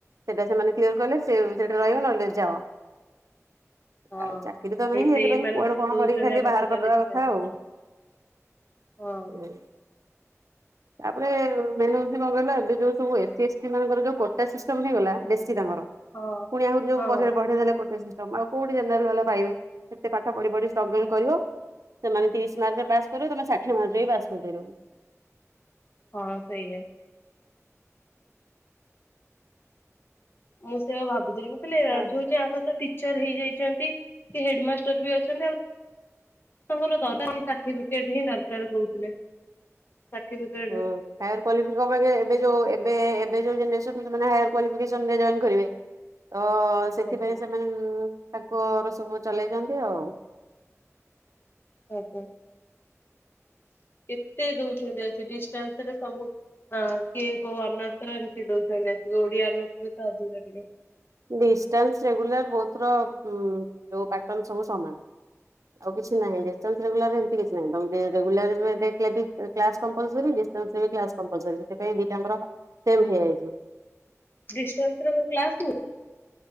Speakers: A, on the right; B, on the left.
A: ସେଟା ସେମାନେ କ୍ଲିଅର୍ କଲେ ସେ <unintelligible> ରହିବ ନହେଲେ ଯାଅ।
B: ହଁ
A: ଆଇ ଚାକିରି ତ
B: ସେଇ
A: ନାହିଁ ହେଥିପାଇଁ
B: ସେଇମାନେ
A: କୁଆଡ
B: ସବୁ
A: କଣ
B: ଦଉଛନ୍ତି
A: କରିକି ଖାଲି
B: ଆମ
A: ବାହାର
B: ସହିତ
A: କରିଦବା
B: ଡିଷ୍ଟାନ୍ସ
A: କଥା ଆଉ।
B: ହଁ।
A: ହୁଁ ତାପରେ ମେନ୍ ହଉଚି କଣ୍ କହିଲ ଏବେ ଯଉ ସବୁ ଏସ୍ ଏସ୍ ଟି ମାନଙ୍କର ଯଉ କୋଟା ସିଷ୍ଟମ୍ ହେଇଗଲା ବେଶୀ ତାଙ୍କର
B: ହଁ।
A: ପୁଣି ଆହୁରୁ ଯଉ
B: ହଁ
A: ବଢେଇ ଦେଲେ କୋଟା ସି ତମେ ଆଉ କଉଠି ଜେନେରାଲ୍ ବାଲା ପାଇବେ ଏତେ ପାଠ ପଢି ପଢି ଷ୍ଟ୍ରଗଲ୍ କରିବ ସେମାନେ ତିରିଶ୍ ମାର୍କରେ ପାସ୍ କରିବେ ତମେ ଷାଠିଏ ମାର୍କରେ ବି ପାସ୍ କରିପାରିବନି।
B: ହଁ ସେଇଆ। ମୁଁ ବା ସେଇଆ ଭାବୁଥିଲି ମୁଁ କହଲି
A: ହଁ
B: ଏ-ଯଉଠି <unintelligible> ଟିଚର୍ ହେଇ ଯାଇଚନ୍ତି କିଏ ହେଡମାଷ୍ଟର୍ ବି ଅଛନ୍ତି ଆଉ ତାଙ୍କର ଦରକାରି ସାର୍ଟିଫିକେଟ୍ ହିଁ ଦରକାର୍ କହୁଥିଲେ। ସାର୍ଟିଫିକେଟ୍।
A: ହୁଁ ହାଏର୍ କ୍ୱାଲିଫିକେସନ <unintelligible> ଏବେ ଯଉ ଏବେ- ଏ ଏ ଯଉ ଜେନେରେସନ୍ ସେମାନେ ହାୟର୍ କ୍ୱାଲିଫିକେସନ୍ ରେ ଜଏନ୍ କରିବେ ତ ସେଥିପାଇଁ
B: ଆଜ୍ଞା
A: ସେମାନେ ଉଁ- ତାଙ୍କର ସବୁ ଚଲେଇଚନ୍ତି ଆଉ।
B: ଆଜ୍ଞା। କେତେ ଦଉଚନ୍ତି ଆ- ଡିଷ୍ଟାନ୍ସ୍ ରେ ସବୁ ଆ- କିଏ କଉ ଅନର୍ <unintelligible> ଏମିତି ଦଉଚନ୍ତି ଆସିକି ଓଡିଆ ଅନର୍ସ ରେ ତ ଅଧିକା ଟିକେ
A: ଡିଷ୍ଟାନ୍ସ୍ ରେଗୁଲାର୍ ବୋଥ୍ ର ଉଁ - ଯଉ ପାଟନ୍ ସବୁ ସମାନ୍। ଆଉ କିଛି ନାହିଁ ଡିଷ୍ଟାନ୍ସ୍ ରେଗୁଲାର୍ ଏମତି କିଛି ନାହିଁ ତମେ ରେ-ରେଗୁଲାର୍ ରେ <unintelligible> ଲେଗି କ୍ଲାସ୍ କମ୍ପଲ୍ସରି ଡିଷ୍ଟାନ୍ ରେ ବି କ୍ଲାସ୍ କମ୍ପଲ୍ସରି ସେଥିପାଇଁ ଦି ଟା ଯାଁକର ସେମ୍ ହେଇଯାଇଚି।
B: ଡିଷ୍ଟାନ୍ସ୍ ରେ ଯଉ କ୍ଲାସ୍ ହୁଏ